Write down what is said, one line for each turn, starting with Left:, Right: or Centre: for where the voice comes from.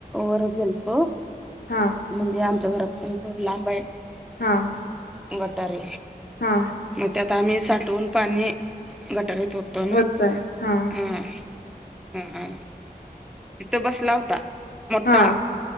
Centre: वर गेलतो
Left: हा
Centre: म्हणजे आमच्या घरापासून थोड लांबा आहे
Left: हा
Centre: गटारे
Left: हा
Centre: मग त्यात आम्ही साठवून पाणी गटार तोतून ह
Left: वताय हा
Centre: ह तिथं बसला होता मोठा
Left: हा